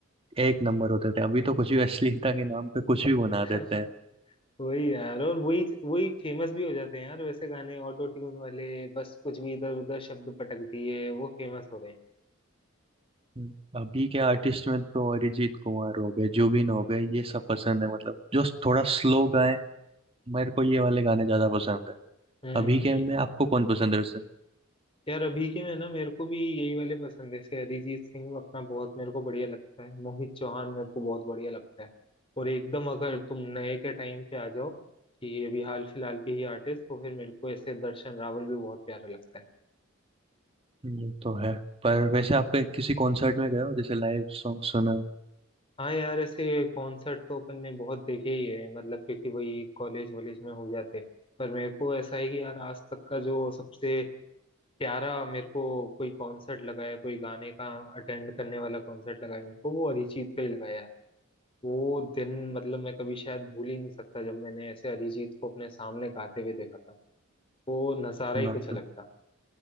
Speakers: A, on the right; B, on the left.
A: एक नंबर होते थे अभी तो कुछ भी अश्लीलता के नाम पे कुछ भी बना देते
B: थे <laughs>
A: हैं
B: वही यार और वही वही फेमस भी हो जाते हैं यार वैसे गाने ऑटो ट्यून वाले बस कुछ भी इधर उधर शब्द पटक दिए वो फेमस हो रहे हैं
A: हम्म। अभी के आर्टिस्ट में तो अरिजीत कुमार हो गए जुबिन हो गए ये सब पसंद है मतलब जो थोड़ा स्लो गाए मेरे को ये वाले गाने ज्यादा पसंद है
B: हम्म
A: अभी के
B: ये-
A: में आपको कौन पसंद है वैसे
B: यार अभी के में ना मेरे को भी यही वाले पसंद है जैसे अरिजीत सिंह अपना बहुत मेरे को बढ़िया लगता है मोहित चौहान मेरे को बहुत बढ़िया लगता है और एकदम अगर तुम नए के टाइम पे आ जाओ कि ये भी हाल फिलहाल के ही आर्टिस्ट तो फिर मेरे को ऐसे दर्शन रावल भी बहुत प्यारा लगता है
A: ये तो है पर वैसे आपके किसी कॉन्सर्ट में गए हो जैसे लाइव सॉन्ग सुना हो?
B: हाँ यार ऐसे कॉन्सर्ट तो अपन ने बहुत देखे ही है मतलब क्योंकि वही कॉलेज वॉलेज में हो जाते हैं पर मेरे को ऐसा है कि यार आज तक का जो सबसे प्यारा मेरे को कोई कॉन्सर्ट लगा है कोई गाने का अटेंड करने वाला कॉन्सर्ट लगा है मेरे को वो अरिजीत का ही लगाया है वो दिन मतलब मैं कभी शायद भूल ही नहीं सकता जब मैंने ऐसे अरिजीत को अपने सामने गाते हुए देखा था वो नज़ारा ही
A: बात
B: कुछ अलग
A: तो
B: था